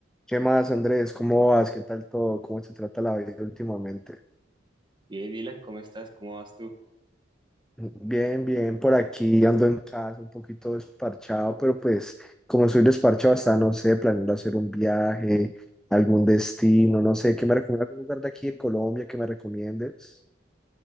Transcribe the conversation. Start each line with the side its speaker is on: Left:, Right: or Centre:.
Centre: ¿Qué más, Andrés? ¿Cómo vas? ¿Qué tal todo? ¿Cómo se trata la vida últimamente?
Right: Bien, Dylan, ¿cómo estás? ¿Cómo vas tú?
Centre: Bien, bien, por aquí ando en casa un poquito desparchado, pero pues como soy desparchado hasta, no sé, planeando hacer un viaje, algún destino, no sé, ¿qué me recomiendas? ¿Algún lugar de aquí de Colombia que me recomiendes?